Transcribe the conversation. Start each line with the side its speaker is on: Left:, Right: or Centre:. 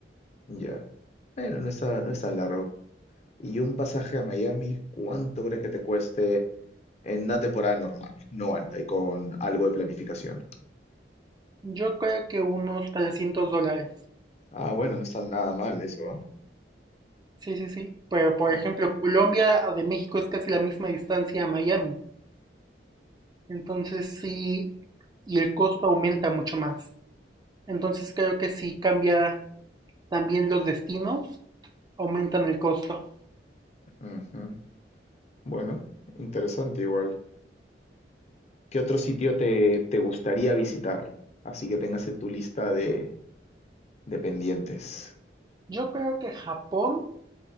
Left: Ya. Bueno, no está, no es tan largo. Y un pasaje a Miami, ¿cuánto crees que te cueste en una temporada normal, no alta y con algo de planificación?
Right: Yo creo que unos 300 dólares.
Left: Ah, bueno, no está nada mal eso, ¿ah?
Right: Sí, sí, sí. Pero, por
Left: Oh,
Right: ejemplo, Colombia de México es casi la misma distancia a Miami. Entonces sí, y el costo aumenta mucho más. Entonces creo que sí cambia también los destinos, aumentan el costo.
Left: ujú. Bueno, interesante igual. ¿Qué otro sitio te, te gustaría visitar? Así que tengas en tu lista de, de pendientes.
Right: Yo creo que Japón,